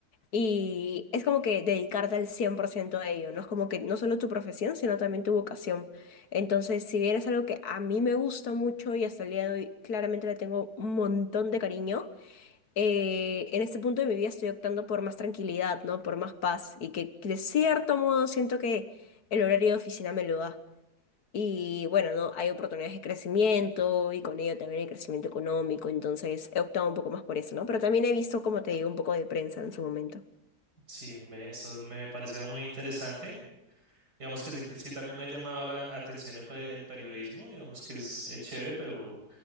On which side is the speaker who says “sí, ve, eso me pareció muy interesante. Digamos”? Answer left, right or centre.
Right